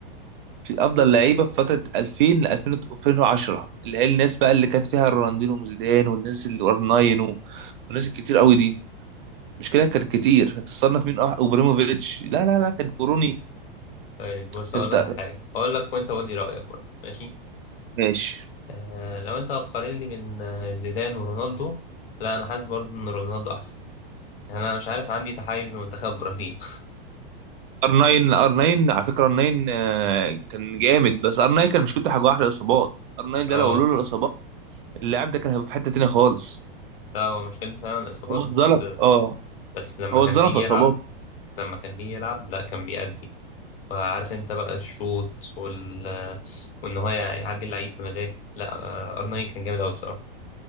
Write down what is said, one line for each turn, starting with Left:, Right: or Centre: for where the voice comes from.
Right: في افضل لعيبه في فتره 2000 ل 2000 2010 اللي هي الناس بقى اللي كانت فيها رونالدينو وزيدان والناس اللي ار 9 و- والناس الكتير قوي دي مش كده كانت كتير فانت تصنف مين أح- وابراهيموفيتش لا لا لا كان كوروني
Left: طيب بص
Right: فانت
Left: أقول لك
Right: <laughs>
Left: على حاجة أقول لك وأنت قول لي رأيك برضه ماشي
Right: ماشي
Left: آه لو أنت هتقارن لي بين آه، زيدان ورونالدو لا أنا حاسس برضه إن رونالدو أحسن يعني أنا مش عارف عندي تحيز لمنتخب البرازيل
Right: ار 9 ار 9 على فكره ار 9 آه، كان جامد بس ار 9 كان مشكلته حاجه واحده الاصابات ار 9
Left: <laughs>
Right: ده
Left: اه
Right: لو لولا الاصابات اللاعب ده كان هيبقى في حته تانيه خالص
Left: لا هو مشكلته فعلا الإصابات
Right: هو
Left: بس
Right: اتظلم اه
Left: بس لما
Right: هو
Left: كان
Right: اتظلم
Left: بيجي
Right: في
Left: يلعب
Right: اصاباته
Left: لما كان بيجي يلعب لا كان بيأدي وعارف انت بقى الشوط وال وان هو يعدي اللعيب بمزاج لا آه، ار 9 كان جامد قوي بصراحة